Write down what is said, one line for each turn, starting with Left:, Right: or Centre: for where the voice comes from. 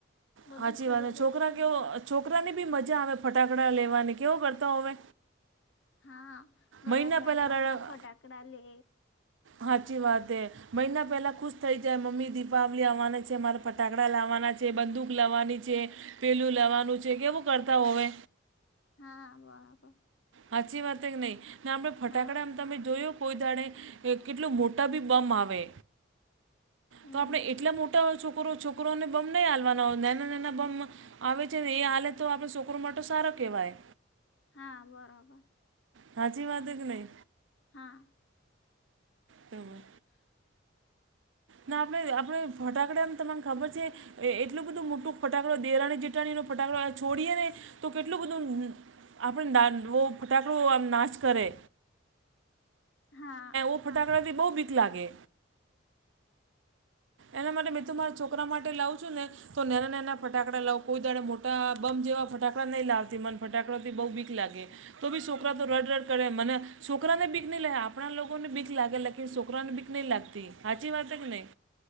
Left: બધું
Right: સાચી
Left: ખરેદે
Right: વાત
Left: છે ને
Right: છોકરા ની બી મજા આવે ફટાકડા લેવાની કેવો કરતા હોવે
Left: હા બરા
Right: મહિના
Left: જા
Right: પહેલાં
Left: જાતના ફટાકડા લે
Right: સાચી વાત મહિના પહેલા ખુશ થઈ જાય મમ્મી દીપાવલીી આવવાની છે મારે ફટાકડા લાવવાના છે બંદૂક લાવવાની છે પેલું લાવવાનું છે કેવું કરતા હોવે
Left: હા હા બોરાબર
Right: હાચી વાતે કે નઈ ના આપણે ફટાકડ
Left: હા
Right: તમે જોયો કોઈ દાડે કેટલુ મોટા બી બમ આવે
Left: હમ
Right: તો આપણે એટલા મોટા હોય છોકરો છોકરોને બમ નહીં હાલવાના હોય નાના નાના બમ આવે છે ને એ હાલે તો આપણે છોકરો માટે સારો કેવાય
Left: હા બરોબર
Right: સાચી વાત હે કે નહી?
Left: હા.
Right: તો વા
Left: હમ
Right: ના આપણેે આપડ ફટાકડામ તમન ખબર છે એ એટલું બધું મોટું ફટાકડુ દેરાની જેટાણી નો ફટાકો છોડીએે ને તો કેટલું બધું આપણે દાહ ફટાકડો આમ નાચ કરે.
Left: હા.
Right: તો ફટાકડાથી બહુ બીક લાગે. એના માટે મે તો મારા છોકરા માટે લાઉ છું ને તો નેના નેના ફટાકડા લાવ કોઈ દાડા મોટા બમ જેવા ફટાકડા નહીં લાવતી, મને ફટાકડાથી બઉ બીક લાગે. તો બી છોકરા તો રડ રડ કરે મને છોકરાને બીક ની લે આપણા લોકોને બીક લાગે લા ગે કે સોકરાને ભીક નહી લાગતી. હાચી વાત હે કે નઈ?